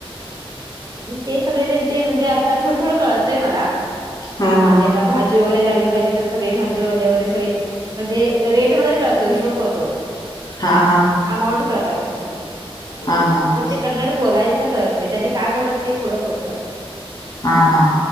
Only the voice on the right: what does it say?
ते सगळे त्यांचे म्हणजे आता आता थोड थोड कळतय मला.
म्हणजे
आता भा भाजी वगैरे जायला पाहिजे तर सगळी भाजी वाले वगैरे सगळे म्हणजे रेट वगैरे कळतो. हिशोब कळतो.
अमाऊंट कळतात. पण
ते कन्नड बोलायच कळत नाही. त्यांनी काय बोलतात ते थोड कळत.